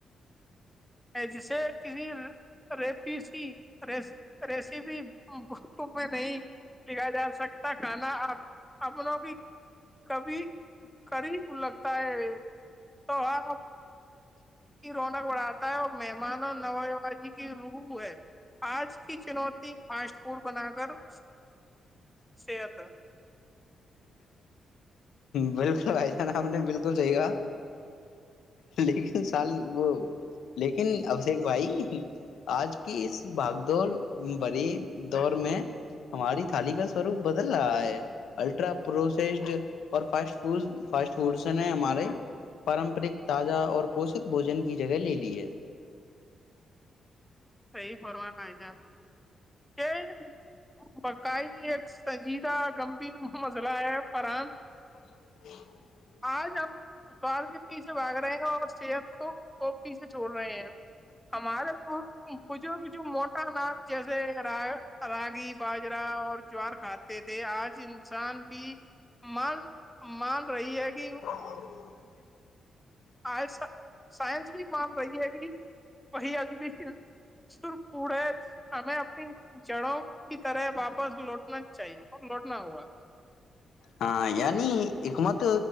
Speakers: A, in the centre; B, on the left.
A: ہے جسے کسی ر ریسیپی میں نہیں لکھا جا سکتا کھانا اپن بھی کبھی کری لگتا ہے تو آ کی رونق بڑھاتا ہے اور مہمانوں نوجی کی روح ہے آج کی چنوتی فاسٹ فوڈ بنا کرت صحت
B: بالکل بھائی جان ہم نے بالکل صحی کہا لیکن سال وہ لیکن ابشیک بھائی آج کی اس بھاگدڑ بڑی دور میں ہماری تھالی کا سوروپ بدل رہا ہے الٹرا پروسیسڈ اور فٹ فوڈ فاسٹ فڈس نے ہمارے پارمپرک تازہ اور پوشت بوجن کی جگہ لے لی ہے
A: صحیح پروانا ہے جان یہ بکائی ایک سجیدہ گمبھیر مزلہ ہے فران
B: ہ <inaudible>
A: آج ہم سواد کے پیچھے باگ رہے ہیں اور صحت کو خ سے جوڑ رہے ہیں ہمارا تو بزرگ جو موٹا ن جیسے راگی باجرا اور جوار خھ تھے آج انسان بھی مان مان رہی ہے
B: ہ
A: کہ
B: <inaudible>
A: آج سائنس بھی مان رہی ہے کہ وہی اج بھی سرخ پڑے ہمیں اپنی جڑوں کی طرح واپس لوٹنا چاہیے اور لوٹنا ہوا
B: ہاں یعنی حکمت